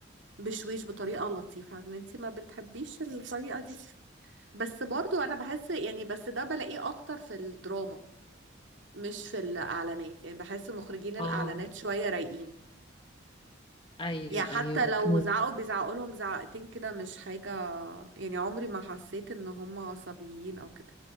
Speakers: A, on the right; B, on the left.
A: بشويش بطريقة لطيفة ان انت ما بتحبيش الطريقة دي بس برضو انا بحس يعني بس ده بلاقيه اكتر في الدراما مش في الاعلانات يعني بحس مخرجين الاعلانات
B: اه
A: شوية رايقين
B: ايوه
A: يعني حتى
B: ايوه اوكي
A: لو زعقوا بيزعقوا لهم زعقتين كده مش حاجة يعني عمري ما حسيت ان هم عصبيين او كده